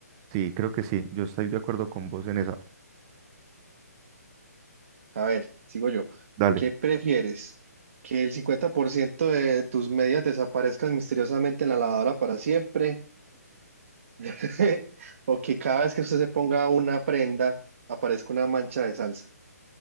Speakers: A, on the right (about 20°); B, on the right (about 50°).
A: sí, creo que sí. Yo estoy de acuerdo con vos en esa.
B: A ver, sigo yo.
A: Dale.
B: ¿Qué prefieres? ¿Que el 50% de tus medias desaparezcan misteriosamente en la lavadora para siempre? <laughs> ¿O que cada vez que usted se ponga una prenda aparezca una mancha de salsa?